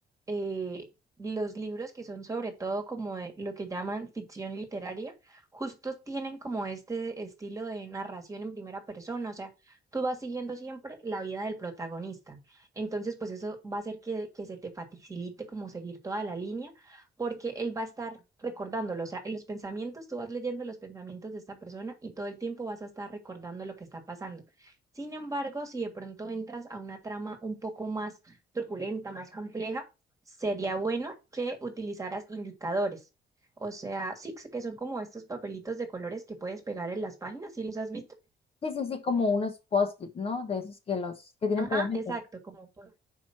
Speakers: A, on the right; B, on the left.
A: eh, los libros que son sobre todo como de lo que llaman ficción literaria, justos tienen como este estilo de narración en primera persona, o sea, tú vas siguiendo siempre la vida del protagonista. Entonces, pues eso va a hacer que, que se te facilite como seguir toda la línea, porque él va a estar recordándolo, o sea, en los pensamientos, tú vas leyendo los pensamientos de esta persona y todo el tiempo vas a estar recordando lo que está pasando. Sin embargo, si de pronto entras a una trama un poco más truculenta, más compleja, sería bueno que utilizaras indicadores. O sea, sí, que son como estos papelitos de colores que puedes pegar en las páginas, ¿sí los has visto?
B: Sí, sí, sí, como unos post-it, ¿no? De esos que los que tienen
A: Ajá,
B: pegamento.
A: exacto, como por